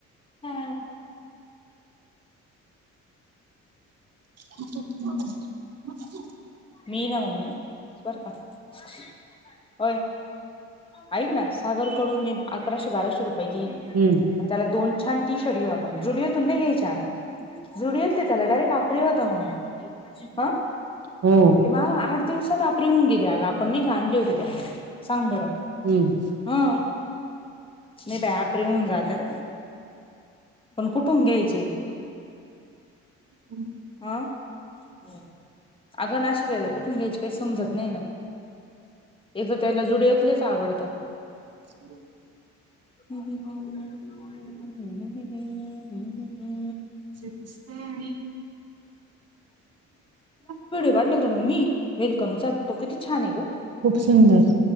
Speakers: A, on the left; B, on the right.
A: हा
B: <unintelligible>
A: मी... ना... मम्मी... बर का... <inaudible> ओय ऐक ना... सागरकडून... मी अकराशे... बाराशे रुपये घेईल
B: हम्म
A: अन त्याला दोन छान टी शर्ट घेऊ आपण... झूडिओतून नाही घ्यायचे आता झुडिओतले त्याला डायरेक्ट आपरे होता, मम्मी... आ
B: हो
A: ते मागं आठ दिवसात... आपरे होऊन गेले अगं... आपण नाही का, आणले होते त्याला... सांग बरं
B: हम्म
A: हं... नई बाई आप आपरे होऊन जात्यात... पण कुठून घ्यायचे?
B: हुं
A: आ.... हो अगं... नाशिकला आल्यावर कुठून घ्यायचे, काई समजत नई ना... एक तर त्याला झुडिओत तलेच आवडतात
B: <unintelligible>
A: हु हु हु... हुहुहुहु... हुहुहु
B: जे दिसतंय आणि <unintelligible>
A: वाटलं होतं मम्मी वेलकमचा. <unintelligible> किती छान ए गं...
B: खूप सुंदर